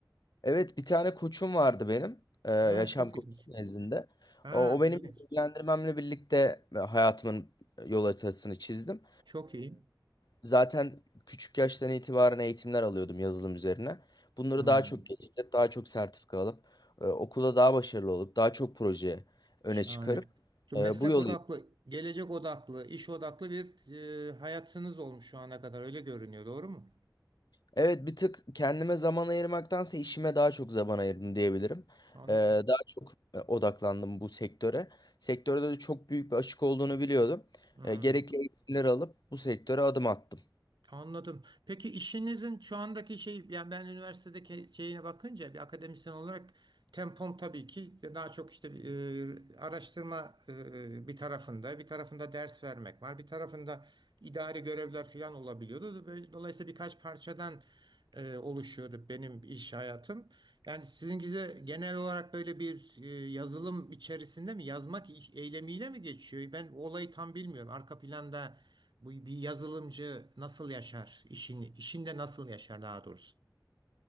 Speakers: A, on the left (about 65°); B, on the right (about 80°).
A: Evet, bir tane koçum vardı benim, e, yaşam
B: Ha, çok
A: koçum
B: ilginç.
A: nezdinde.
B: Ha,
A: O, o benim
B: iyi.
A: yönlendirmemle birlikte hayatımın yol haritasını çizdim.
B: Çok iyi.
A: Zaten küçük yaştan itibaren eğitimler alıyordum yazılım üzerine. Bunları
B: Hmm.
A: daha çok geliştirip, daha çok sertifika alıp, e, okulda daha başarılı olup, daha çok proje öne
B: Şahane.
A: çıkarıp
B: Şu
A: e,
B: meslek
A: bu yolu...
B: odaklı, gelecek odaklı, iş odaklı bir e, hayatınız olmuş şu ana kadar öyle görünüyor, doğru mu?
A: Evet bir tık kendime zaman ayırmaktansa işime daha çok zaman ayırdım diyebilirim.
B: Anladım.
A: E, daha çok e, odaklandım bu sektöre. Sektörde de çok büyük bir açık olduğunu biliyordum.
B: Hmm,
A: E, gerekli eğitimleri alıp bu sektöre adım attım.
B: anladım. Peki işinizin şu andaki şey, yani ben üniversitedeki şeyine bakınca bir akademisyen olarak Tempom tabii ki daha çok işte e, araştırma e, bir tarafında, bir tarafında ders vermek var, bir tarafında idari görevler falan olabiliyordu. Böyle- Dolayısıyla birkaç parçadan e, oluşuyordu benim iş hayatım. Yani sizinkize genel olarak böyle bir e, yazılım içerisinde mi, yazmak i- eylemiyle mi geçiyor? Ben o olayı tam bilmiyorum. Arka planda bu bir yazılımcı nasıl yaşar işini, işinde nasıl yaşar daha doğrusu?